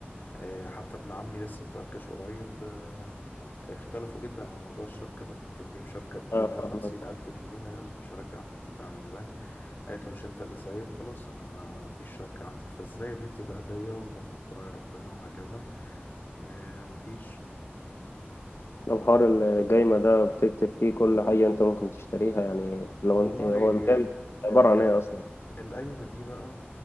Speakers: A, on the left (about 45°); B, on the left (about 75°).
A: آه، حتى ابن عمي لسه مفركش قريب آه، اختلفوا جدا على موضوع الشبكة ده كان جايب شبكة ب
B: اه
A: 150
B: فاهمك
A: ألف جنيه وهي قالت مش هرجعها فاهم ازاي؟ مم. قالت له مش انت اللي سايب خلاص انا ما فيش شبكة عندي فازاي يا بنتي ده هدية والمفروض تراعي ربنا وهكذا آه، مفيش
B: طب حوار الجايمة ده بتكتب فيه كل حاجة انت ممكن تشتريها يعني لو
A: والله
B: إن- هو الجايمة عبارة
A: هكل
B: عن ايه اصلا
A: القايمة دي بقى